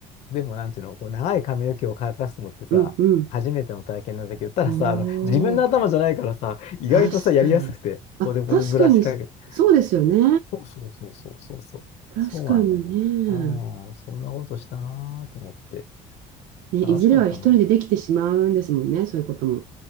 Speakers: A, on the left; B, on the right.
A: う。でも、なんていうの、こう長い髪の毛を乾かすのってさ、
B: うんうん。
A: 初めての体験なんだけど、たださ、
B: おお、
A: あの、自分の頭じゃないからさ、意外とさ、
B: 確かに。
A: やりやすくて、
B: あ、
A: そうで、これブラシかけて。
B: 確かに、そうですよね。
A: そうそうそうそうそうそう。
B: 確かにね。
A: そうなのよ。ああ、そんなことしたなーと思って。
B: ね、いずれは一人でできてしまうんですもんね、
A: 楽しかったな。
B: そういうことも。